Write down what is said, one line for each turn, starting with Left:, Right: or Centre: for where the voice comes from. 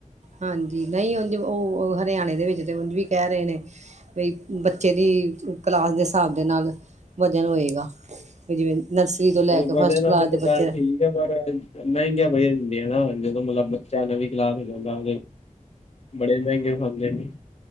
Right: ਹਾਂਜੀ ਨਹੀਂ ਉਝ ਉਹ ਹਰਿਆਣੇ ਦੇ ਵਿੱਚ ਤਾਂ ਉਝ ਵੀ ਕਹਿ ਰਹੇ ਨੇ। ਬਈ ਬੱਚੇ ਦੀ ਕਲਾਸ ਦੇ ਹਿਸਾਬ ਦੇ ਨਾਲ ਵਜ਼ਨ ਹੋਏਗਾ। ਵੀ ਜਿਵੇਂ ਨਰਸਰੀ ਤੋਂ ਲੈ
Left: ਚਲੋ
Right: ਕੇ
Left: ਵਜਨ
Right: ਫਸਟ ਕਲਾਸ
Left: ਵਾਲੀ
Right: ਦੇ ਬੱਚੇ।
Left: ਗੱਲ ਠੀਕ ਤੇ ਪਰ ਮਹਿੰਗੀਆਂ ਬੜੀਆਂ ਹੁੰਦੀਆਂ ਨਾ ਜਦੋਂ ਮਤਲਬ ਬੱਚਾ ਨਵੀਂ ਕਲਾਸ ਹੋ ਜਾਂਦਾ। ਬੜੇ ਮਹਿੰਗੇ ਖਾਂਦੇ ਨੇ।